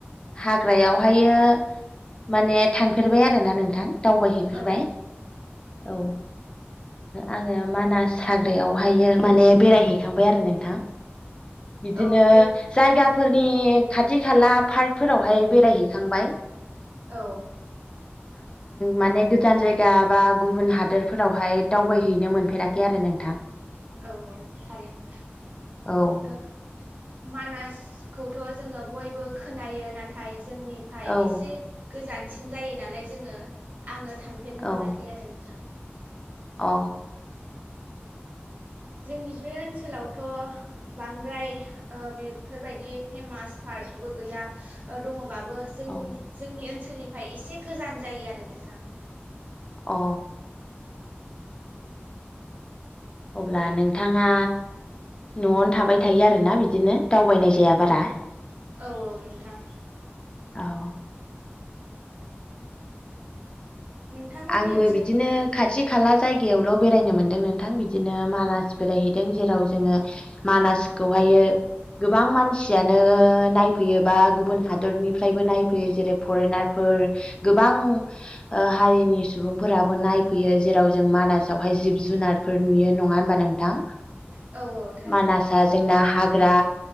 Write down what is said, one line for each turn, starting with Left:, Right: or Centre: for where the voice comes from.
Left: हाग्रायावहायो माने थांफेरबाय आरोना नोंथां दावबायहैफेरबाय।
Right: औ
Left: औ आङो मानास हाग्रायावहायो माने बेरायहैखांबाय आरो नोंथां। बिदिनो
Right: औ बे
Left: जायगाफोरनि खाथि खाला पार्कफोरावहाय बेरायहैखांबाय। बाय।
Right: औ
Left: माने गोजान जायगा बा गुबुन हादोरफोरावहाय दावबायहैनो मोनेराखै आरो नोंथां
Right: औ औ थारैनो
Left: औ
Right: ओ मानासखौथ' जोङो बयबो खोनायो नाथाय जोंनिफ्राय
Left: औ
Right: एसे गोजानसिन जायो नालाय जोङो आङो थांफेरनो
Left: औ
Right: मोनाखै आरो नोंथां।
Left: अ
Right: जोंनि बे ओनसोलावथ' बांद्राय बेफोरबायदि फेमास फार पार्क बो गैया ओ दङबा ओ जों
Left: औ
Right: जोंनि ओनसोलनिफ्राय एसे गोजान जायो आरो नोंथां।
Left: अ अब्ला नोंथाङा न'आवनो थाबाय थायो आरोना बिदिनो? दावबायनाय जाया बारा
Right: औ औ नोंथां
Left: औ
Right: नोंथांमोननि
Left: आंबो
Right: ओनसोल
Left: बिदिनो खाथि खाला जायगायावल' बेरायनो मोन्दों नोंथां बि बिदिनो मानास बेरायहैदों जेराव जोङो मानास खौहायो गोबां मानसियानो नायफैयोबा गुबुन हादरनि फ्रायबो नायफैयो जेरै फरेनारफोर गोबां हारिनि सुबुंफोराबो नायफैयो जेराव जों मानासावहाय जिब जुनारफोर नुयो नङा होनबा नोंथां
Right: औ औ थारैनो
Left: मानासआ जोंना हाग्रा